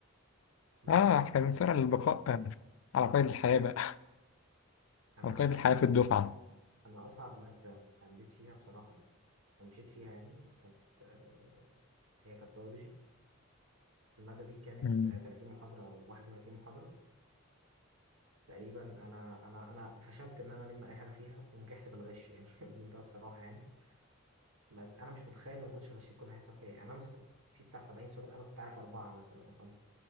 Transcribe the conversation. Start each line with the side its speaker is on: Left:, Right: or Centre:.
Right: انما
Left: آه
Right: احنا
Left: إحنا بنصارع للبقاء آه، على قيد الحياة بقى <laughs>
Right: انا
Left: على قيد الحياة في الدفعة
Right: أنا أصعب مادة عديت فيها بصراحة ومشيت فيها يعني كانت آه، هي كانت بيولوجي المادة دي كانت
Left: مم.
Right: آه، 30 محاضرة أو 31 محاضرة تقريبا أنا أنا أنا فشلت إن أنا ألم أي حاجة فيها ونجحت بالغش يعني <laughs> بمنتهى الصراحة يعني بس أنا مش متخيل لو ما كنتش غشيت كنا هيحصل فيها إيه. يعني أنا مثلا كنت في بتاع 70 سؤال أنا كنت عارف أربعة مثلا أو خمسة